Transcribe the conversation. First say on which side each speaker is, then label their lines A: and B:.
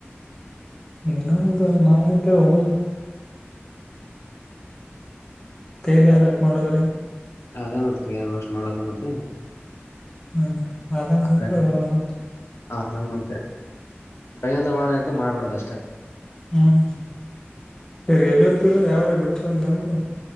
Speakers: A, on the left; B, on the left.
A: ಏನೋ ಒಂದು ಮಾಡಕ್ಕೆ ಹೋಗ ಯಾವ್ದಕ್ ಮಾಡೋದ್ರಿ
B: ಅದ ಮತ್ತ ವರ್ಷ್ ಮಾಡೋದ ಮತ್ತೆ
A: ಹ್ಮ್ ಅಂಗ
B: ಆಕಡೆ
A: ಗ್ ಗೊತ್ತು
B: ಅದ ಮ್ಮತ್ತೆ ಪ್ರಯಂತ್ರ ಮಾಡತ್ತ ಮಾಡ್ಬಿಡದ ಅಷ್ಟೇ
A: ಹ್ಮ್ ರೈಲ್ವೆ ತಲು ಯಾವ್ರ ಬಿಟ್ರಂತನ್ರು